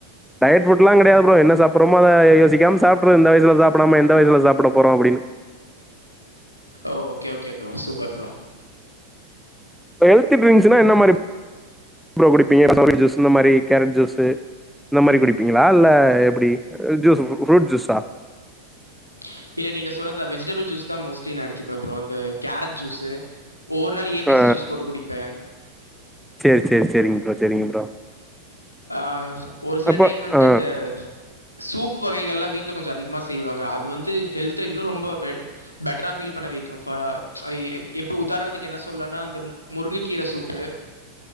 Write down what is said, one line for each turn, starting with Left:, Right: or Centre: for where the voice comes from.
Centre: டயட் ஃபுட்லா கெடயாது ப்ரோ என்ன சாப்பட்றமோ அத யோசிக்காம சாப்டறது இந்த வயசுல சாப்டாம எந்த வயசுல சாப்பட போறோ அப்படின்னு
Left: ஓ okay okay bro super bro
Centre: health ட்ரிங்க்ஸ்னா என்ன மாறி ப்ரோ குடிப்பீங்க <unintelligible> ஜூஸ் இந்த மாரி கேரட் ஜூஸூ இந்த மாறி குடிப்பீங்களா இல்ல எப்டி ஜூஸ் ஃப்ரூட் ஜூஸா
Left: ஹ்ம் இல்ல நீங்க சொன்ன தா வெஜிடபிள் ஜூஸ்தா மோஸ்ட்லி நா எடுத்துக்குவ ப்ரோ இந்த கேரட் ஜூஸ்சு ஒவ்வொரு நாள் ஏபிசி
Centre: ஆ
Left: ஜூஸ் போட்டு குடிப்ப
Centre: சேரி சேரி சேரிங் ப்ரோ சேரிங்க ப்ரோ
Left: ஆ ஒரு சில
Centre: அப்ப
Left: டைம் வந்ட்டு
Centre: ஆ
Left: இந்த சூப் ப்பு வகைகள்லா வீட்ல கொஞ்ச அதிகமாக செய்வாங்க அது வந்து ஹெல்த இன்னு ரொம்ப பெட் பெட்டரா பீல் பண்ண வைக்கு பா அ எப் எப்பு உதாரணத்துக்கு என்ன சொல்லனா இந்த மு முருங்கக்கீர சூப் ப்பு